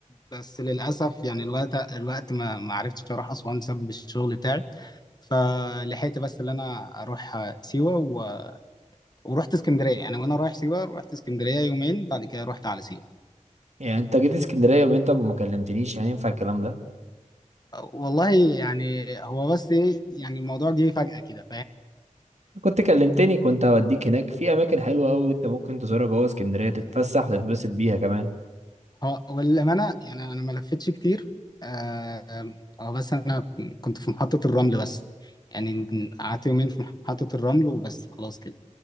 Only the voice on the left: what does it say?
بس للاسف يعني الوقت الوقت ما ما عرفتش اروح اسوان بسبب الشغل بتاعي فلحقت بس اللي انا اروح آه، سيوه و... ورحت اسكندريه يعني وانا رايح سيوه رحت اسكندريه يومين بعد كده رحت على سيوه
آه، والله يعني هو بس إيه، يعني الموضوع جه فجأة كده
فاهم
هو والأمانة يعني أنا ما لفتش كتير آه آه، بس أنا كنت في محطة الرمل بس يعني قعدت يومين في محطة الرمل وبس خلاص كده